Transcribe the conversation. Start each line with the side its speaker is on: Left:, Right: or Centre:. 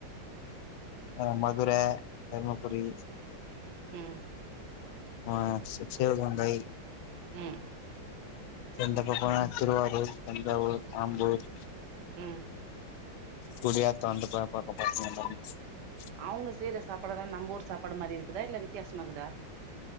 Left: ஆ மதுரை தருமபுரி
Right: ம்
Left: ஆ <unintelligible> சிவகங்கை
Right: உம்
Left: இந்தந்த பக்கம் திருவாரூர் தஞ்சாவூர் ஆம்பூர்
Right: உம்
Left: குடியாதோ அந்த போ பக்க பாசங்க <unintelligible>
Right: அவுங்க செய்யற சாப்பாடெல்லா நம்ம ஊர் சாப்பாடு மாரி இருக்குதா இல்ல வித்தியாசமா இருக்குதா